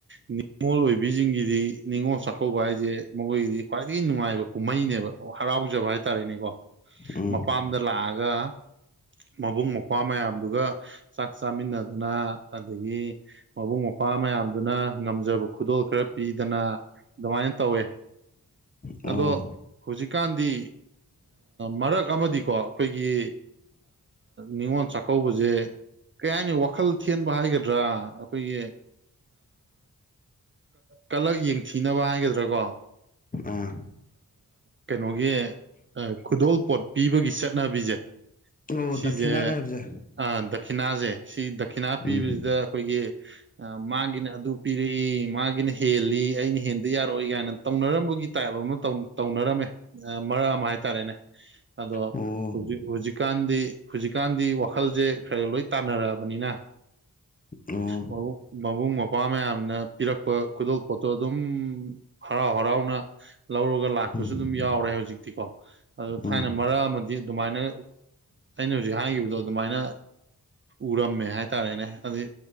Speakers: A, on the right; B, on the left.
A: ꯅꯤꯡꯉꯣꯜ ꯑꯣꯏꯕꯤ ꯖꯤꯡꯒꯤ ꯑꯗꯤ ꯅꯤꯡꯅꯤꯉꯣꯜ ꯆꯥꯛꯀꯧꯕ ꯍꯥꯏꯁꯦ ꯃꯈꯣꯏꯒꯤꯗꯤ ꯈ꯭ꯋꯥꯏꯗꯒꯤ ꯅꯨꯡꯉꯥꯏꯕ ꯀꯨꯝꯍꯩꯅꯦꯕ ꯍꯔꯥꯎꯖꯕ ꯍꯥꯏꯇꯥꯔꯦꯅꯦꯀꯣ
B: ꯎꯝ
A: ꯃꯄꯥꯝꯗ ꯂꯥꯛꯑꯒ ꯃꯕꯨꯡ ꯃꯧꯄ꯭ꯋꯥ ꯃꯌꯥꯝꯗꯨꯒ ꯆꯥꯛ ꯆꯥꯃꯤꯟꯅꯗꯅ ꯑꯗꯒꯤ ꯃꯕꯨꯡ ꯃꯧꯄ꯭ꯋꯥ ꯃꯌꯥꯝꯗꯨꯅ ꯉꯝꯖꯕ ꯈꯨꯗꯣꯜ ꯄꯤꯗꯅ ꯑꯗꯨꯃꯥꯏꯅ ꯇꯧꯋꯦ
B: ꯑꯣ
A: ꯑꯗꯣ ꯍꯧꯖꯤꯛꯀꯥꯟꯗꯤ ꯃꯔꯛ ꯑꯃꯗꯤꯀꯣ ꯑꯩꯈꯣꯏꯒꯤ ꯅꯤꯉꯣꯜ ꯆꯥꯛꯀꯧꯕꯁꯦ ꯀꯔꯤ ꯍꯥꯏꯅꯤ ꯋꯥꯈꯜ ꯊꯦꯟꯕ ꯍꯥꯏꯒꯗ꯭ꯔꯥ ꯑꯩꯈꯣꯏꯒꯤ ꯀꯂꯛ ꯌꯦꯡꯊꯤꯅꯕ ꯍꯥꯏꯒꯗ꯭ꯔꯥꯀꯣ
B: ꯑꯥ
A: ꯀꯩꯅꯣꯒꯤ ꯈꯨꯗꯣꯜꯄꯣꯠ ꯄꯤꯕꯒꯤ ꯆꯠꯅꯕꯤꯁꯦ
B: ꯑꯣ
A: ꯁꯤꯁꯦ
B: ꯗꯈꯤꯅꯥꯒ ꯍꯥꯏꯕꯁꯦ
A: ꯗꯈꯤꯅꯥꯁꯦ ꯁꯤꯗ ꯈꯤꯅꯥ
B: ꯎꯝ
A: ꯄꯤꯕꯁꯤꯗ ꯑꯩꯈꯣꯏꯒꯤ ꯃꯥꯡꯒꯤꯅ ꯑꯗꯨ ꯄꯤꯔꯦ ꯃꯥꯒꯤꯅꯦ ꯍꯦꯜꯂꯤ ꯑꯩꯅ ꯍꯦꯟꯗꯤ ꯌꯥꯔꯣꯏ ꯀꯥꯏꯅ ꯇꯧꯅꯔꯝꯕꯒꯤ ꯇꯥꯏꯕ ꯑꯃ ꯇꯧꯅꯤ ꯇꯧꯅꯔꯝꯃꯦ ꯃꯔꯛ ꯑꯃ ꯍꯥꯏꯇꯥꯔꯦꯅꯦ ꯑꯗꯣ
B: ꯑꯣ
A: ꯍꯧꯖꯤꯛ ꯍꯧꯖꯤꯛꯀꯥꯟꯗꯤ ꯍꯧꯖꯤꯛꯀꯥꯟꯗꯤ ꯃꯈꯜꯁꯦ ꯈꯔꯒ ꯂꯣꯏ ꯇꯥꯟꯅꯔꯑꯕ ꯃꯤꯅꯥ
B: ꯑꯣ
A: ꯃꯕꯨꯨꯡ ꯃꯕꯨꯨꯡ ꯃ ꯋꯥ ꯃꯌꯥꯝꯅ ꯏꯔꯛꯄ ꯈꯨꯣꯏꯗꯣꯄꯣꯠꯇꯣ ꯑꯗꯨꯝ ꯎꯝ ꯍꯔꯥꯎ ꯍꯔꯥꯎꯅ ꯂꯧꯔꯒ ꯂꯥꯛꯄꯁꯨ
B: ꯎꯝ
A: ꯑꯗꯨꯝ ꯌꯥꯎꯔꯦ ꯍꯧꯖꯤꯛꯇꯤꯀꯣ ꯑꯗꯨ
B: ꯎꯝ
A: ꯊꯥꯏꯅ ꯃꯔꯛ ꯑꯃꯗꯤ ꯑꯗꯨꯃꯥꯏꯅ ꯑꯩꯅ ꯍꯧꯖꯤꯛ ꯍꯥꯏꯈꯤꯕꯗꯣ ꯑꯗꯨꯃꯥꯏꯅ ꯎꯔꯝꯃꯦ ꯍꯥꯏꯇꯥꯔꯦꯅꯦ ꯑꯗꯩ